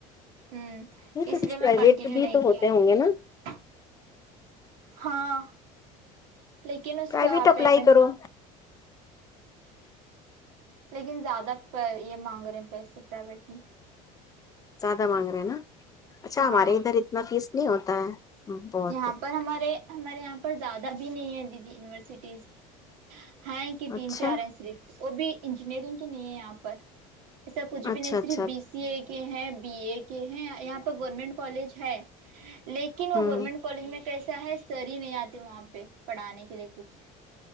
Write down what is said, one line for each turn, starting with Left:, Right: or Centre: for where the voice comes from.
Right: ہ
Left: نہیں
Right: اس
Left: تو کچھ
Right: لیے
Left: پرائیویٹ
Right: میں کنٹینیو
Left: بھی
Right: نہیں
Left: تو ہوتے
Right: کیا
Left: ہوں گے نا
Right: ہاں لیکن اس
Left: پرائیویٹ
Right: کا
Left: اپلائی
Right: پیمنٹ
Left: کرو
Right: لیکن زیادہ یہ مانگ رہے ہیں پیسے پرائیویٹ میں
Left: زیادہ مانگ رہے ہیں نا اچھا
Right: ہاں
Left: ہمارے ادھر اتنا فیس نہیں ہوتا <unintelligible> بہت
Right: یہاں پر ہمارے ہمارے یہاں پر زیادہ اب بھی نہیں ہے دیدی یونیورسٹیز ہاں کہ تین
Left: اچھا
Right: چار ہیں صرف وہ بھی انجینئرنگ کی نہیں ہے یہاں پر ایسا کچھ
Left: اچھا
Right: بھی نہیں
Left: اچھا
Right: صرف بی سی اے کے ہیں بی اے کے ہیں یہاں گورنمنٹ کالج ہے لیکن وہ
Left: ہوں
Right: گورنمنٹ کالج میں کیسا ہے سر ہی نہیں آتے وہاں پہ پڑھانے کے لیے کچھ